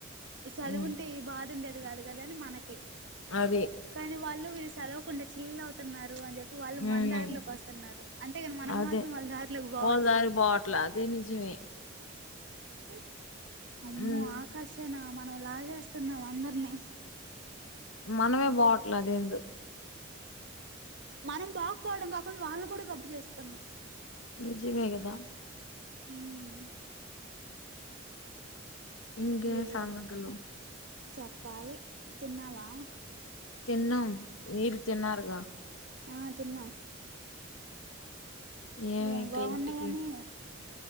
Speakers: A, on the right; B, on the left.
A: చదువుంటే
B: మ్
A: ఈ బాధ ఉండేది కాదు కదని మనకి
B: అదే
A: కానీ వాళ్ళు విసారా చిల్ల అవుతున్నారు అని చెప్పి వాళ్ళు
B: మ్
A: మన దారిలోకి వస్తున్నారు అంతేగాని మనం
B: అదే
A: మాత్రం వాళ్ళ దారిలోకి పోవట్లా
B: వాళ్ళ దారి పోవట్లా అదే నిజమే
A: స అమ్మో
B: మ్
A: ఆకర్షణ ఆమె మనం లాగేస్తున్నాం అందరినీ
B: మనమే పోవట్ల అదేందో
A: మనం పోకపోవడం కాకుండా వాళ్ళని కూడా గబ్బు చేస్తున్నాం
B: నిజమే కదా
A: హమ్
B: ఇంకేం
A: ఏం
B: సంగతులు
A: చెప్పాలి తిన్నావా
B: తిన్నాం మీరు తిన్నారుగా
A: ఆ తిన్న
B: ఏమి
A: ఏం
B: ఇంకా
A: బాగున్నాయని
B: ఇంటికి